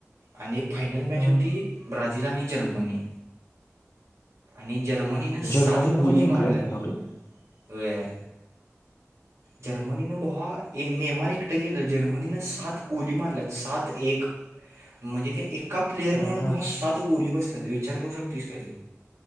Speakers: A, on the right; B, on the left.
A: आणि फायनल मॅच
B: हम्म
A: होती ब्राझील ब्राझील आणि जर्मनी. आणि जर्मनीनं सात
B: जर्मनीने
A: गोली
B: पण जिंकल्यात
A: मारल्यात
B: का तेवढी
A: वय. जर्मनीनं बघा एक नेमार एकटं गेलं जर्मनीनं सात गोली मारल्या सात. एक म्हणजे त्या एका प्लेयर
B: हम्म
A: मूळ
B: हम्म
A: बुवा सात गोली बसल्यात विचार करू शकतेस काय तू.